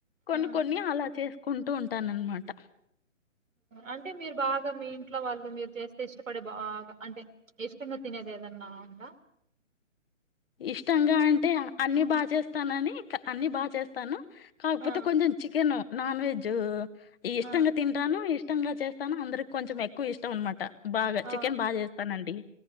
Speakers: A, on the left; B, on the right.
A: కొన్ని
B: మ్మ్
A: కొన్ని అలా చేసుకుంటూ ఉంటానన్నమాట
B: అంటే మీరు బాగా మీ ఇంట్లో వాళ్ళు మీరు చేస్తే ఇష్టపడే బాగా అంటే ఇష్టంగా తినేది ఏదన్నా ఉంద
A: ఇష్టంగా అంటే అన్ని బాగా చేస్తానని అన్ని బాగా చేస్తాను కాకపోతే
B: ఆ!
A: కొంచెం చికెన్ నాన్ వెజ్ ఇష్టంగా
B: ఆ!
A: తింటాను ఇష్టంగా చేస్తాను అందరికి కొంచెం ఎక్కువ ఇష్టం అనమాట బాగా
B: ఆ!
A: చికెన్ బాగా చేస్తానండి